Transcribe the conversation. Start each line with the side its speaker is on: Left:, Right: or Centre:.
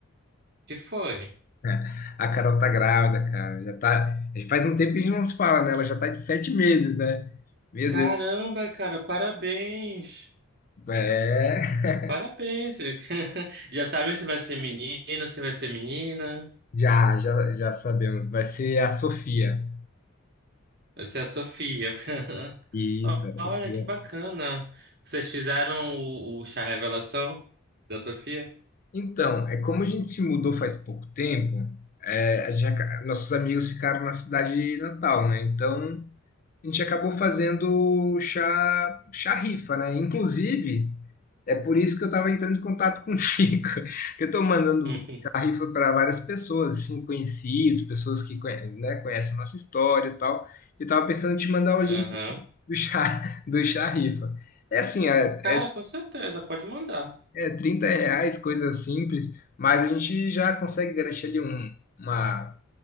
Right: Que foi?
Left: <laughs> A Carol tá grávida, cara. Já tá. Faz um tempo que a gente não se fala, né? Ela já tá de sete meses, né? Meu
Right: Caramba,
Left: Deus.
Right: cara, parabéns!
Left: É.
Right: Parabéns! <laughs> Já sabem se vai ser menino, se vai ser menina.
Left: Já, já, já sabemos. Vai ser a Sofia.
Right: Vai ser a Sofia. <laughs>
Left: Isso,
Right: Ó,
Left: a
Right: Olha
Left: Sofia.
Right: que bacana. Vocês fizeram o, o chá revelação da Sofia?
Left: Então, é como a gente se mudou faz pouco tempo, é, a gente, aca- nossos amigos ficaram na cidade natal, né? Então. a gente acabou fazendo chá, chá rifa, né? Inclusive, é por isso que eu estava entrando em contato com o Chico, <laughs> que eu estou mandando
Right: <laughs>
Left: chá rifa para várias pessoas, assim, conhecidos, pessoas que conhe- né, conhecem a nossa história e tal. Eu estava pensando em te mandar o link
Right: Aham.
Left: do chá, <laughs> do chá rifa. É assim, é,
Right: Cara, com certeza, pode mandar.
Left: é 30 reais, coisa simples, mas a gente já consegue garantir ali um, uma,